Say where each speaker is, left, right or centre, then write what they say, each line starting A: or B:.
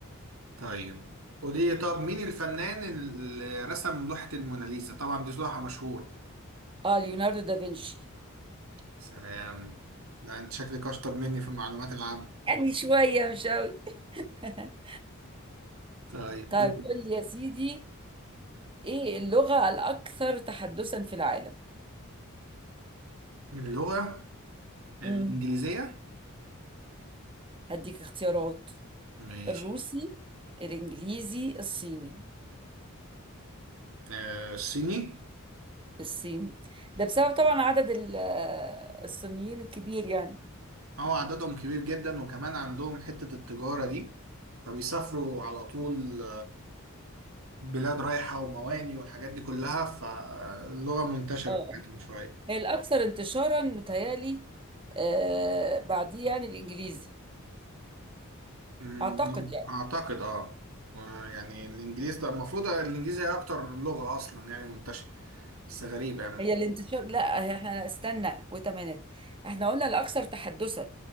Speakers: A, on the right (about 75°); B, on the right (about 25°).
A: طيب قولي لي طب مين الفنان اللي رسم لوحة الموناليزا؟ طبعا دي لوحة مشهورة
B: اه ليوناردو دافنشي
A: سلام ده انت شكلك اشطر مني في المعلومات العامة
B: يعني شوية مش أوي <laughs>
A: طيب
B: طيب
A: دول
B: قول لي يا سيدي ايه اللغة الأكثر تحدثا في العالم
A: اللغة الإنجليزية
B: مم. هديك اختيارات
A: ماشي
B: الروسي الإنجليزي الصيني
A: آه الصيني
B: الصين ده بسبب طبعا عدد ال- آه، الصينيين الكبير يعني
A: اه عددهم كبير جدا وكمان عندهم حتة التجارة دي فبيسافروا على طول بلاد رايحة ومواني والحاجات دي كلها فاللغة منتشرة
B: اه
A: بتاعتهم
B: آه.
A: شوية
B: هي الأكثر انتشارا متهيألي آه بعديه يعني الإنجليزي
A: أمم،
B: أعتقد يعني
A: أعتقد اه يعني الإنجليزي ده المفروض الإنجليزي هي أكتر لغة أصلا يعني منتشرة بس غريبة يعني
B: هي الانتشار لا احنا استنى وتمانيت احنا قلنا الأكثر تحدثا